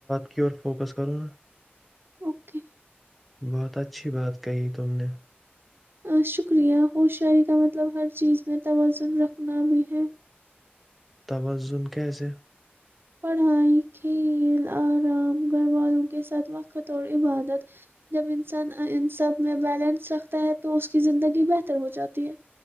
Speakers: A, in the centre; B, on the right.
A: کیور فوکس کرو
B: اوکے
A: بہت اچھی بات کہی تم نے
B: شکریہ ہوشیاری کا مطلب ہر چیز میں توازن رکھنا بھی ہے
A: توازن کیسے
B: پڑھائی کھیل آرام گھر والوں کے ساتھ وقت اور عبادت جب انسان ان سب میں بیلنس رکھتا ہے تو اس کی زندگی بہتر ہو جاتی ہے